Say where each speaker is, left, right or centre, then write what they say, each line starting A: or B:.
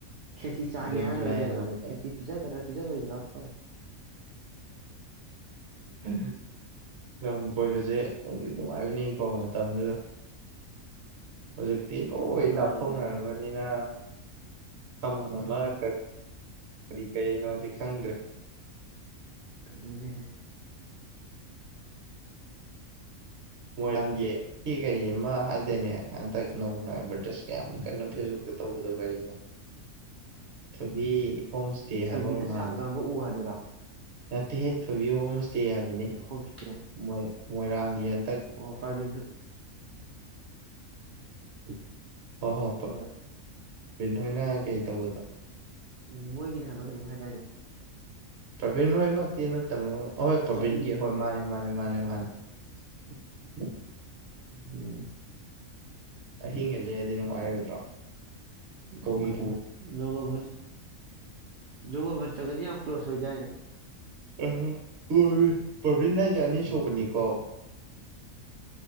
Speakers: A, on the right (about 75°); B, on the right (about 55°).
A: ꯈꯦꯆ ꯆꯥꯒꯦ
B: ꯖꯨꯟ
A: ꯍꯥꯏꯔꯣꯏꯔꯦ
B: ꯖꯨꯂꯥꯏ
A: ꯀꯩꯗ꯭ꯔꯥ
B: ꯑꯗꯨꯗꯀꯣ
A: ꯈꯦꯆ ꯄꯤꯖꯒꯗ꯭ꯔꯥ ꯄꯤꯖꯔꯣꯏꯗ꯭ꯔꯥꯈꯣꯏ
B: ꯍ ꯎ ꯂꯝ ꯀꯣꯏꯕꯁꯦ ꯒꯤ ꯅꯨꯡꯉꯥꯏꯕꯅꯤꯀꯣ ꯃꯇꯝꯗꯨꯗ ꯍꯧꯖꯤꯛꯇꯤ ꯂꯣꯏ
A: ꯅꯨꯡꯉꯥꯏꯔꯅꯤ
B: ꯂꯥꯞꯊꯣꯛꯅꯔꯕꯅꯤꯅ ꯑꯃꯜ ꯑꯃꯅ ꯀꯔꯤ ꯀꯔꯤ ꯀꯅꯣꯗꯤ ꯈꯪꯗ꯭ꯔꯦ
A: ꯑꯗꯨꯗꯒꯤ
B: ꯃꯣꯏꯔꯥꯡꯒꯤ ꯀꯩ ꯑꯃ ꯍꯥꯏꯇꯥꯔꯅꯦ ꯍꯟꯇꯛ ꯅꯧꯅ ꯑꯦꯚꯔꯇꯥꯏꯁ ꯀꯌꯥꯛ ꯀꯟꯅ ꯐꯦꯁꯕꯨꯛꯇ ꯇꯧꯕꯗꯣ ꯍꯣꯝ ꯏꯁꯇꯦ
A: ꯊꯣꯏꯕꯤꯅ
B: ꯑꯃ
A: ꯁꯥꯞꯇꯅꯕ
B: ꯃꯥꯜꯂꯤ
A: ꯎ ꯍꯥꯏꯗꯨꯔꯥ
B: ꯍꯥꯏꯦ ꯊꯣꯛ ꯀꯩ ꯍꯥꯏꯕ
A: ꯍꯣꯝ ꯏꯁꯇꯦ
B: ꯃꯣꯏ ꯃꯣꯏꯔꯥꯡ ꯌꯦꯟ
A: ꯑꯣ ꯄꯥꯏꯕꯤ
B: <inaudible> ꯍ
A: ꯍꯣꯏ
B: ꯜ ꯍꯣꯏꯅ ꯀꯩ ꯇꯧꯕꯗꯣ
A: ꯎꯝ ꯃꯣꯏꯒꯤꯗꯤ ꯍꯥꯏꯕ ꯈꯩꯅꯚꯥꯏꯗꯥꯗ
B: ꯄꯕꯤꯟꯃ ꯀ ꯅ ꯇꯃꯣ ꯑ ꯍꯣꯏ ꯄ꯭ꯔꯕꯤꯟꯒꯤ
A: ꯆꯠꯅꯤꯡꯉꯤ
B: ꯍꯣꯏ ꯃꯥꯅꯦ ꯃꯥꯅꯦ ꯃ ꯃꯥ
A: <inaudible>
B: <inaudible>
A: ꯎꯝ
B: ꯑꯍꯤꯡꯒꯂꯑꯗꯤ ꯅꯨꯡꯉꯥꯏꯔꯣꯏꯗ꯭ꯔꯣ ꯈꯣꯏꯒ
A: ꯎꯉ <unintelligible>
B: ꯄꯨ
A: ꯌꯒꯣ ꯃ ꯌꯒꯣ ꯃ ꯇꯒꯅꯤ ꯌꯥꯝ ꯀ ꯀ꯭ꯂꯣꯁ ꯑꯣꯏꯏ
B: ꯑ ꯄ꯭ꯔꯕꯤ꯭ꯟ ꯍꯥꯏꯖ ꯑꯅꯤ ꯁꯨꯕꯅꯤꯀꯣ